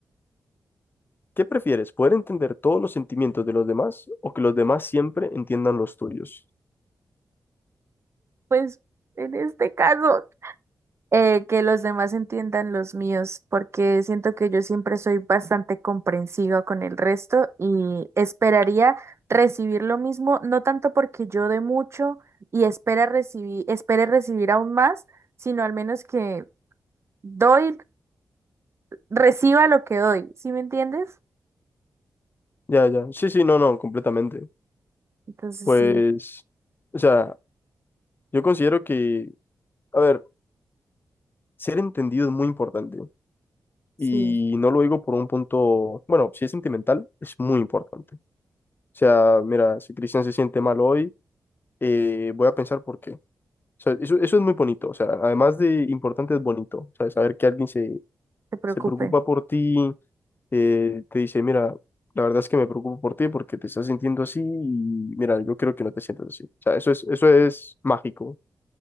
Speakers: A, on the left; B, on the right.
A: ¿qué prefieres? ¿Poder entender todos los sentimientos de los demás o que los demás siempre entiendan los tuyos?
B: Pues en este caso, eh, que los demás entiendan los míos, porque siento que yo siempre soy bastante comprensiva con el resto y esperaría recibir lo mismo, no tanto porque yo dé mucho y espera recibir, espere recibir aún más, sino al menos que doy, reciba lo que doy, ¿sí me entiendes?
A: Ya, ya. Sí, sí, no, no, completamente.
B: Entonces
A: Pues,
B: sí,
A: o sea, yo considero que, a ver, ser entendido es muy importante.
B: sí,
A: Y no lo digo por un punto, bueno, si es sentimental, es muy importante O sea, mira, si Cristian se siente mal hoy, eh, voy a pensar por qué. O sea, eso, eso es muy bonito. O sea, además de importante, es bonito. O sea, saber que alguien se,
B: se preocupe,
A: se preocupa por ti, eh, te dice, mira, la verdad es que me preocupo por ti porque te estás sintiendo así y mira, yo creo que no te sientas así. O sea, eso es, eso es mágico.